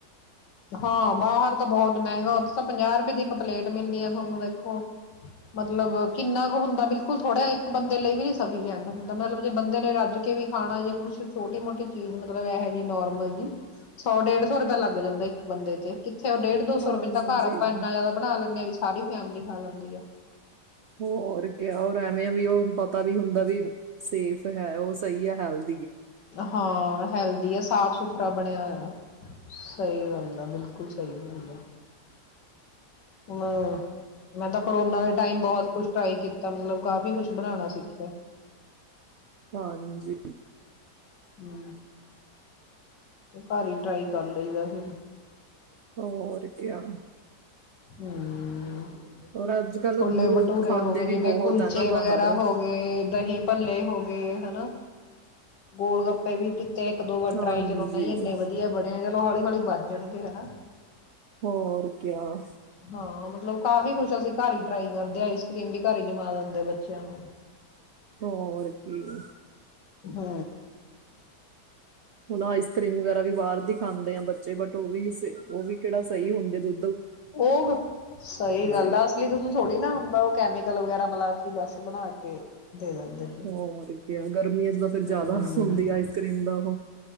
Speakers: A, on the left; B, on the right.
A: ਹਾਂ ਬਾਹਰ ਤਾਂ ਬਹੁਤ ਮਹਿੰਗਾ ਉੱਥੇ ਤਾਂ ਪੰਜਾਹ ਰੁਪਏ ਦੀ ਇੱਕ ਪਲੇਟ ਮਿਲਣੀ ਆ ਤੁਹਾਨੂੰ ਵੇਖੋ ਮਤਲਬ ਕਿੰਨਾ ਕੁ ਹੁੰਦਾ ਬਿਲਕੁਲ ਥੋੜ੍ਹਾ ਇੱਕ ਬੰਦੇ ਲਈ ਵੀ ਨੀ ਸਫੀਸ਼ਟ ਹੁੰਦਾ, ਮਤਲਬ ਜੇ ਬੰਦੇ ਨੇ ਰੱਜ ਕੇ ਵੀ ਖਾਣਾ ਜੇ ਕੁਛ ਛੋਟੀ ਮੋਟੀ ਚੀਜ਼ ਮਤਲਬ ਇਹੋ ਜਿਹੀ ਨੋਰਮਲ ਜੀ। ਸੌ ਡੇਢ ਸੌ ਰੁਪਇਆ ਲੱਗ ਜਾਂਦਾ ਇੱਕ ਬੰਦੇ ਤੇ। ਫਿਰ ਉਹ ਡੇਢ ਦੋ
B: ਹਾਂਜੀ
A: ਸੌ ਰੁਏ ਘ ਆਪਾਂ ਇੰਨਾ ਜ਼ਿਆਦਾ ਬਣਾ ਲੈਂਦੇ ਹਾਂ ਵੀ ਸਾਰੀ ਫੈਮਿਲੀ ਖਾ ਲੈਂਦੀ ਆ।
B: ਹੋਰ ਕਯਾ, ਹੋਰ ਐਵੇਂ ਵੀ ਉਹ ਪਤਾ ਵੀ ਹੁੰਦਾ ਵੀ ਸੇਫ ਹੈ ਉਹ ਸਹੀ ਹੈ ਹੈਲਥ
A: ਹਾਂ ਹੈਲਦੀ ਆ ਸਾਫ ਸੁਥਰਾ ਬਣਿਆ ਹੋਇਆ ਸਹੀ ਗੱਲ ਆ ਬਿਲਕੁਲ। ਬਿਲਕੁਲ ਸਹੀ ਗਲ ਐ। ਮੈਂ, ਤਾਂ ਕਰੋਨਾ ਦੇ ਟਾਈਮ ਬਹੁਤ ਕੁਛ ਟਰਾਈ ਕੀਤਾ ਮਤਲਬ ਕਾਫੀ ਕੁਛ ਬਣਾਣਾ ਸਿੱਖਿਆ ਏ‌।
B: ਹਾਂਜੀ।
A: ਹੂੰ ਉਹ ਘਰ ਹੀ ਟਰਾਈ ਕਰ ਲਈਦਾ ਫਿਰ,
B: ਹੋਰ ਕਿਆ,
A: ਹੂੰ
B: ਔਰ ਅੱਜ ਕੱਲ
A: ਛੋਲੇ
B: ਲੋਕ
A: ਭਟੂਰੇ
B: ਖਾਂਦੇ
A: ਹੋ ਗਏ,
B: ਵੀ
A: ਜਿਵੇਂ
B: ਬਹੁਤ
A: ਕੁਲਚੇ
B: ਆ ਨਾ
A: ਵਗੈਰਾ
B: ਬਾਹਰ
A: ਹੋ ਗਏ, ਦਹੀਂ ਭੱਲੇ ਹੋ ਗ ਹੈਨਾ, ਗੋਲ ਗੱਪੇ ਵੀ ਤੇ ਇੱਕ ਦੋ ਵਾਰ
B: ਹਾਂਜੀ
A: ਟਰਾਈ ਨਹੀਂ, ਇੰਨੇ ਵਧੀਆ ਬਣੇਆ ਲੋ ਹੌਲੀ- ਹੌਲੀ ਬਣ ਜਾਣਗੇ ਹਨਾ।
B: ਹੋਰ ਕਿਯਾ,
A: ਹਾਂ ਮਤਲਬ ਕਾਫੀ ਕੁਛ ਅਸੀਂ ਘਰ ਹੀ ਟਰਾਈ ਕਰਦੇ ਹਾ, ਆਈਸ- ਕ੍ਰੀਮ ਵੀ ਘਰ ਹੀ ਜਮਾ ਦਿੰਦੇ ਬੱਚਿਆਂ ਨੂੰ।
B: ਹੋਰ ਕੀ ਏ‌।
A: ਹੂੰ
B: ਹੁਣ ਆਈਸ ਕਰ੍ਰੀਮ ਵਗੈਰਾ ਵੀ ਬਾਹਰ ਦੀ ਖਾਂਦੇ ਆ ਬੱਚੇ, ਬਟ ਉਹ ਵੀ, ਉਹ ਵੀ ਕਿਹੜਾ ਸਹੀ ਹੁੰਦੇ ਦੁ
A: ਉਹ ਸਹੀ ਗੱਲ
B: ਏ
A: ਆ ਅਸਲੀ ਦੂਧ ਥੋੜ੍ਹੀ ਨਾ ਹੁੰਦਾ ਉਹ। ਕੈਮੀਕਲ ਵਗੈਰਾ ਮਿਲਾ ਕੇ ਬੱਸ ਬਣਾ ਕੇ ਦੇ ਦਿੰਦੇ ਨੇ
B: ਹੋਰ ਕਿਆ, ਗਰਮੀਆਂ ਚ ਤਾਂ ਫਿਰ ਜ਼ਿਆਦਾ
A: ਹਮ
B: ਹੁੰਦੀ ਆਈਸ- ਕ੍ਰੀਮ ਦਾ ਉਹ